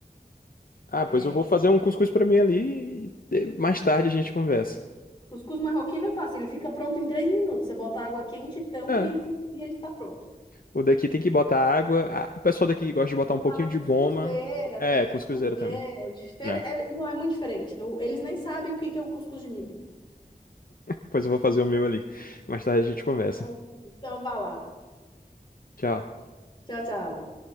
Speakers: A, on the left; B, on the left.
A: Ah,
B: É,
A: pois eu vou
B: é,
A: fazer um cuscuz pra mim ali e eh, mais tarde a gente conversa.
B: cuscuz marroquino é fácil, ele fica pronto em três minutos. Você bota água quente, tampa
A: É.
B: e ele, fun- e ele está pronto.
A: O daqui tem que botar água. Ah, O pessoal daqui gosta
B: Tem
A: de
B: que
A: botar
B: botar
A: um pouquinho
B: na
A: de
B: cuscuzeira,
A: goma. É,
B: tem que
A: cuscuzeira
B: cozer.
A: também.
B: É difer-
A: É.
B: é- não, é muito diferente. Eu- eles nem sabem o que que é um cuscuz de milho.
A: Pois eu vou fazer o meu ali. Mais tarde a gente conversa.
B: Então, então vá lá.
A: Tchau.
B: Tchau, tchau.